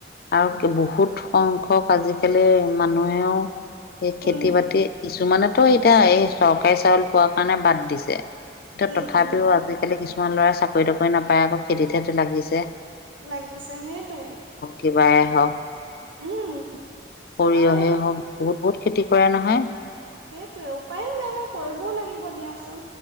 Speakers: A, on the left; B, on the right.
A: আৰু বহুত সংখ্যক আজিকালি মানুহেও এই
B: উম
A: খেতি-বাতি কিছুমানেতো এতিয়া এই চৰকাৰী চাউল পোৱাৰ কাৰণে বাদ দিছে। কিন্তু
B: উম
A: তথাপিও
B: উম
A: আজিকালি কিছুমান ল'ৰাই চাকৰি-তাকৰি নাপায় আকৌ খেতিত হে টো লাগিছে।
B: লাগিছে, সেইটোৱে।
A: কিবায়ে হক
B: উম।
A: সৰিয়হে
B: আৰু
A: হওক। বহুত-বহুত খেতি কৰে নহয়।
B: সেইটোয়ে উপায়ো নাই ন কৰিবও লাগিব দিয়াচোন।